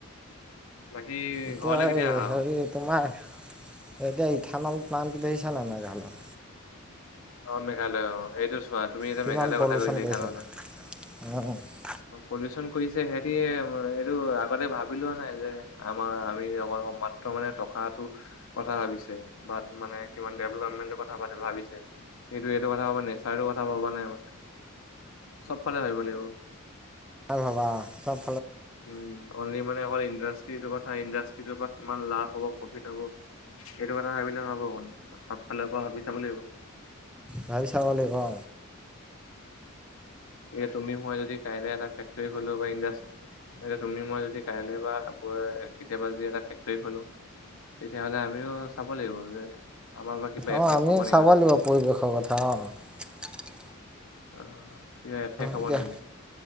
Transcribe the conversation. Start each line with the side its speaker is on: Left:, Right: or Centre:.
Left: বাকী
Centre: এতিয়া
Left: ঘৰলে কেতিয়া আহা আৰু
Centre: হেৰি তোমাৰ সেই তিয়া থানল প্লানটো দেখিচালনে নাই বাৰু।
Left: অ, মেঘালয় অ এইটো চোৱা তুমি এতিয়া
Centre: কিমান
Left: মেঘালয়
Centre: পলিউশ্যন
Left: কথা কৈ এই
Centre: কৰিছে
Left: থান
Centre: নাই <unintelligible>
Left: পলিচন কৰিছে সিহতি এইটো আগতে ভাবি লোৱা নাই যে আমাৰ আমি অকল অ' মাত্ৰ মানে টকাতো কথা ভাবিছে বা মানে কিমান ডেভলপমেণ্টৰ কথা ভাবিছে সেইটো এইটো কথা ভবা নেচাৰটোৰ কথা ভবা নাই মই চবফালে ভাবিব লাগিব।
Centre: আৰু ভাবা চব
Left: উম, অনলি মানে অকল ইণ্ডাষ্ট্ৰিটোৰ কথা ইণ্ডাষ্ট্ৰিটোৰ কথা কিমান লাভ হ'ব কফিট হব সেইটো কথা ভাবিলে নহব মানে চব ফালৰ পৰা ভাবি চাব লাগিব।
Centre: ভাবি চাবা লাগিব অ,
Left: এয়া তুমি মই যদি কাইলৈ এটা ফেক্টৰী খলি ল'ব পাৰিলহৈ <unintelligible> এয়া তুমি মই যদি কাইলৈ বা পৰহিলৈ কেতিয়াবা যদি এটা ফেক্টৰী খলো? তেতিয়া হ'লে আমিও চাব লাগিব যে আমাৰ বা কিবা
Centre: অ'
Left: এফেক্ট
Centre: আমিও
Left: হ'ব নেকি
Centre: চাব
Left: মানুহৰ
Centre: লাগিব পৰিৱেশৰ কথা, অ'।
Left: অ' কিবা এফেক্ট হব
Centre: এতিয়া
Left: নেকি?